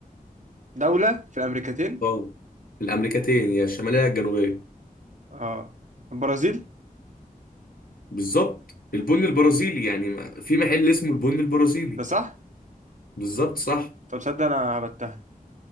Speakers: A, on the right; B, on the left.
A: دولة في الامريكتين
B: اه الامريكتين هي الشماليه يا الجنوبيه
A: اه البرازيل
B: بالظبط البن البرازيلي يعني ما- في محل اسمه البن البرازيلي
A: ده صح
B: بالظبط صح
A: طب تصدق انا هبتها